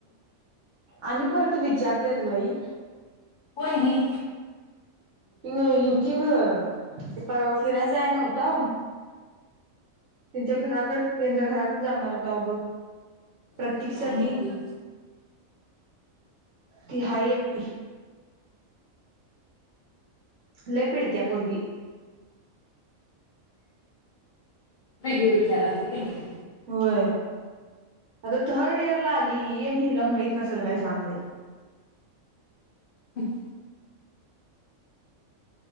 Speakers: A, on the right (about 65°); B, on the left (about 70°).
A: आणि परत विचारत्याच बई
B: कोण ही
A: ती ग हिची ग ती परवा फिराय जायाय नव्हताव त्यांच्या घराकड त्यांच्या घराकड जाणार होताव बघ प्रतिक्षा
B: मॅडम
A: ती
B: होती
A: ती हाय एकटी लय पिडत्या पोरगी
B: विचारालती कने
A: होय आता थर्ड इयर ला आली ही आणि हिला माहित नसल काय सांग ब
B: हम्